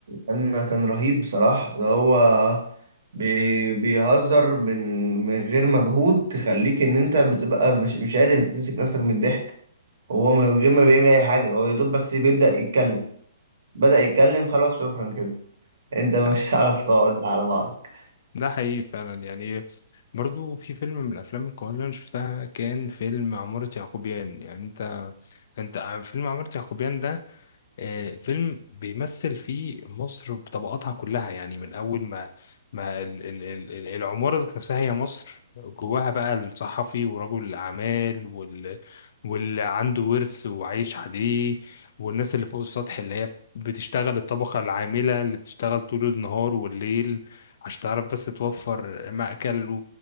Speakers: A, on the right; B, on the left.
A: كان كان رهيب بصراحة ده هو بي بيهزر من من غير مجهود تخليك ان انت بتبقى مش مش قادر تمسك نفسك من الضحك هو من غير ما بيعمل اي حاجة هو يا دوب بس بيبدأ يتكلم بدأ يتكلم خلاص شكرا كده انت مش
B: لا
A: هتعرف تقعد على بعضك
B: ده حقيقي فعلا يعني برضو في فيلم من الأفلام القوية اللي أنا شفتها كان فيلم عمارة يعقوبيان يعني أنت أنت فيلم عمارة يعقوبيان ده آه، فيلم بيمثل فيه مصر بطبقاتها كلها يعني من أول ما ما ال- ال- ال- ال- العمارة ذات نفسها هي مصر جواها بقى الصحفي ورجل الأعمال وال واللي عنده ورث وعايش عليه والناس اللي فوق السطح اللي هي بتشتغل الطبقة العاملة اللي بتشتغل طول النهار والليل عشان تعرف بس توفر مأكل و-